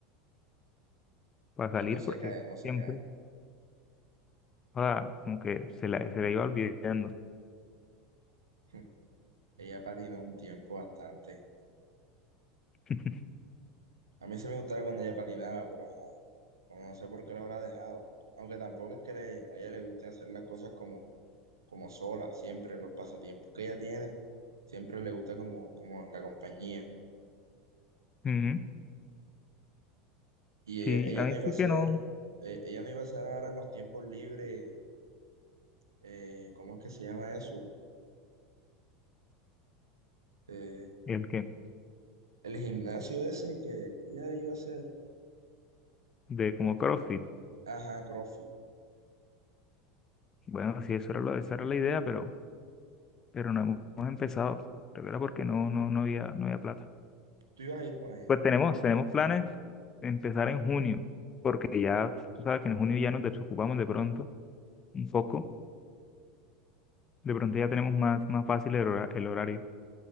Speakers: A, on the left; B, on the right.
A: salir,
B: Y no se
A: porque
B: cae, no se
A: siempre,
B: cae.
A: ah, como que se la, se la iba olvidando.
B: <laughs> Ella patinó un tiempo bastante.
A: <laughs>
B: A mí sí me gustaba cuando ella patinaba, pero ajá, como no sé por qué la habrá dejado. Aunque tampoco es que le- a ella le guste hacer las cosas como, como sola, siempre los pasatiempos que ella tiene, siempre le gusta como, como la compañía.
A: Ujú.
B: Y ella,
A: Sí,
B: ella
A: a mí
B: no iba
A: sí
B: a hacer,
A: que no.
B: eh, ella no iba a hacer ahora en los tiempos libres, eh, ¿cómo es que se llama eso? Eh,
A: El que,
B: el gimnasio ese que, que ella iba a hacer.
A: de como CrossFit.
B: Ajá, CrossFit.
A: Bueno, sí, eso era lo, esa era la idea, pero, pero no hemos hemos empezado. Creo que era porque no, no, no había, no había plata.
B: Tú ibas a ir con ella.
A: Pues tenemos, tenemos planes de empezar en junio, porque ya, tú sabes que en junio ya nos desocupamos de pronto, un poco. De pronto ya tenemos más, más fácil el, hora- el horario.